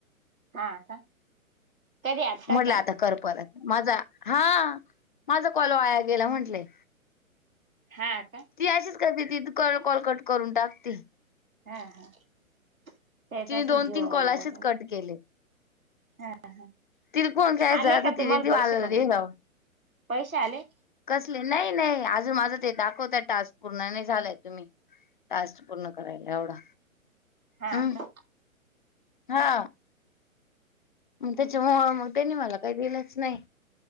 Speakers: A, on the right; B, on the left.
A: हा का कधी
B: म्हटलं
A: का
B: आता कर परत माझा हा माझा कॉलो वाया गेला म्हंटलंय
A: हा अ का
B: ती अशीच करते ती कोलकट करून टाकते
A: हा हा ते तर
B: तिने
A: अस
B: दोन
A: असल जर
B: तीन कॉल असेच
A: ब
B: कट केले.
A: हा ह
B: तिला फोन करायचा
A: आले का
B: तर तिने
A: तुम्हाला
B: ती मला
A: पैसे पण
B: हे
A: ना
B: लावून
A: पैसे आले
B: कसले नाही नाही अजून माझं ते दाखवता टास्क पूर्ण नाही झालाय तुम्ही टास् पूर्ण करायला एवढा
A: हा
B: हम्
A: का
B: हा मग त्याच्या मग त्यांनी मला काही दिलंच नाही